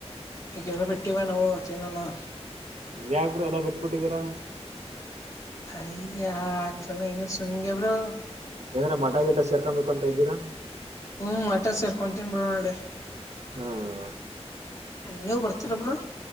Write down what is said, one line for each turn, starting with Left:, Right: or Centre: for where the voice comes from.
Left: ಈಗೆಲ್ಲಾ ಬಿಟ್ಟಿವ ನಾವು ತಿನ್ನಲ್ಲಾ
Right: ಇದ್ಯಾಕ ಬ್ರೋ ಎಲ್ಲ ಬಿಟ್ಟ ಬಿಟ್ಟಿದೀರಾ
Left: ಹಯಗೆ ಆಕಲ್ಲ ಹಂಗೆ ಸುಮ್ಗೆ ಬ್ರೋ
Right: ಏನಾರ ಮಠ ಗಿಟಾ ಸೇರ್ಕೊಬೇಕು ಅಂತ ಇದ್ದೀರಾ
Left: ಹುಂ ಮಠಾ ಸೇರ್ಕೊಂಡತಿನ್ ಬ್ರೋ <unintelligible>
Right: ಹುಂ
Left: ನೀವು ಬರ್ತೀರಾ ಬ್ರೋ